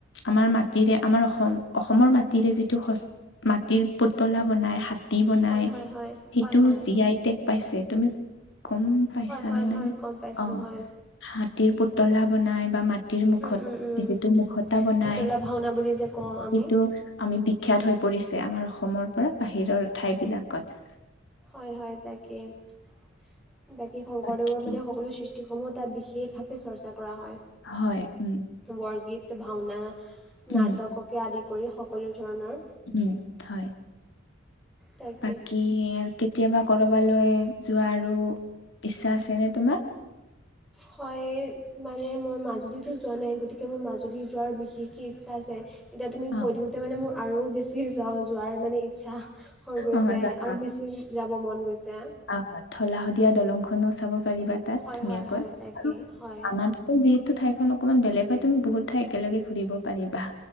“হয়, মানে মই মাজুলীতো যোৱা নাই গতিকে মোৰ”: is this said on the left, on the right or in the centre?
Centre